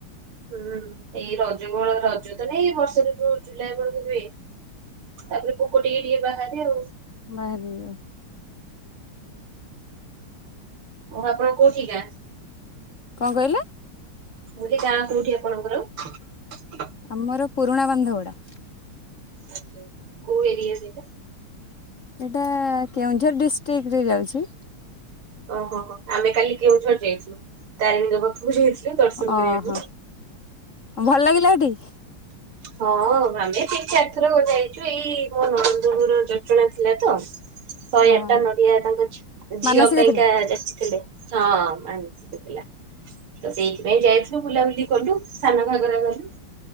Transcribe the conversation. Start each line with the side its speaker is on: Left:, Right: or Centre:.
Right: ହୁଁ ଏଇ ରଜ ବେଳ ରଜ ତ ନାଇଁ ବର୍ଷାଋତୁ ଜୁଲାଇ ବେଳକୁ ହୁଏ। ତାପରେ ପୋକ ଟିକେ ଟିକେ ବାହାରେ।
Left: ବାହାରିଲୁ
Right: ଓ ଆପଣଙ୍କ କୋଉଠିି ଗାଁ?
Left: କଅଁ କଇଲ।
Right: ମୁଁ କଇଲି ଗାଁ କୋଉଠି ଆପଣଙ୍କର?
Left: ଆମର ପୁରୁଣା ବାନ୍ଧ ଗୋଡା।
Right: ଆଛାା କୋଉ ଏରିଆ ସେଇଟା?
Left: ଏଇଟା କେଉଁଝର ଡିଷ୍ଟ୍ରିକିରେ ଯାଉଛି।
Right: ଓହୋ ହୋ ଆମେ କାଲି କେଉଁଝର ଯାଇଥିଲୁ, ତାରିଣୀଙ୍କ ପାଖକୁ ଯାଇଥିଲୁ। ଦର୍ଶନ କରିବାକୁ।
Left: ଓହୋ ଭଲ ଲାଗିଲା ହେଠି।
Right: ହଁ ଆମେ ତିନି ଚାରିଥର ଯାଇଚୁ ଏଇ ମୋ ନଣନ୍ଦ ଘର ଯଟଣା ଥିଲା ତ। ଶହେ
Left: ହଁ
Right: ଆଟା ନଡିଆ ତାଙ୍କ ଝି
Left: ମାନସିକ
Right: ଝିଅ ପାଇଁକା
Left: ଥିଲା
Right: ଯାଚିଥିଲେ। ହଁ ମାନସିକ ଥିଲା। ତ ସେଇଥିପାଇଁ ଯାଇଥିଲୁ ବୁଲାବୁଲି କଲୁ ସାନ ଘାଗରା ଗଲୁ।